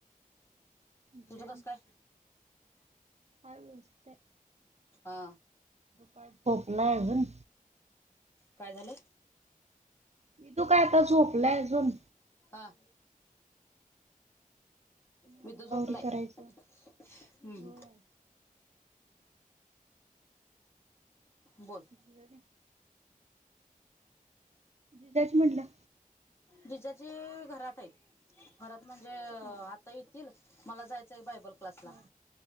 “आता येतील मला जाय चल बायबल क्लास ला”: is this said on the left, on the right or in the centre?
Left